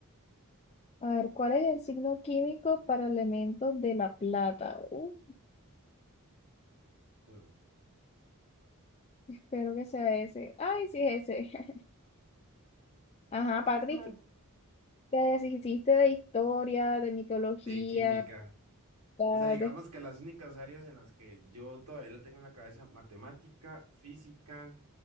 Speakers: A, on the left; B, on the right.
A: A ver, ¿cuál es el signo químico para el elemento de la plata? Uh,
B: Mm.
A: espero que sea ese. Ay, sí es ese. <laughs> Ajá,
B: Muy
A: Patrick.
B: mal.
A: Te deshiciste de historia, de mitología,
B: De química.
A: ta-
B: O sea, digamos
A: de-
B: que las únicas áreas en las que yo todavía lo tengo en la cabeza, matemática, física,